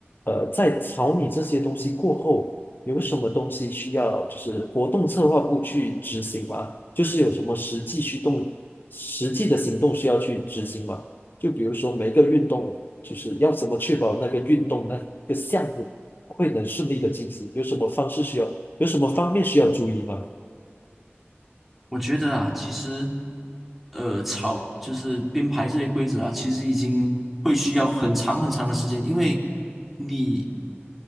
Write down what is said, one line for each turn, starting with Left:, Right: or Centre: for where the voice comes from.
Left: 呃，在草拟这些东西过后，有什么东西需要就是活动策划部去执行吗？就是有什么实际驱动、实际的行动需要去执行吗？就比如说每一个运动，就是要怎么确保那个运动那个项目。会能顺利的进行？有什么方式需要，有什么方面需要注意吗？
Centre: 我觉得啊，其实，呃，草就是编排这些规则啊，其实已经会需要很长很长的时间，因为你